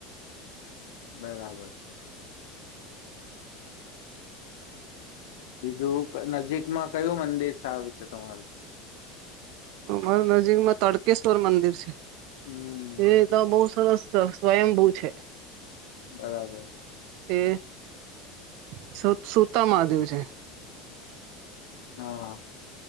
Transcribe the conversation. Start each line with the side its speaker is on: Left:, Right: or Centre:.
Left: બરાબર. બીજું નજીકમાં કયું મંદિર સારું છે, તમારે?
Right: અમારા નજીકમાં તડકેશ્વર મંદિર છે,
Left: હમ
Right: એતો બો સરસ સ્વયં બૂ છે.
Left: બરાબર.
Right: એ <unintelligible> સૂતા મહાદેવ છે.
Left: હા હ.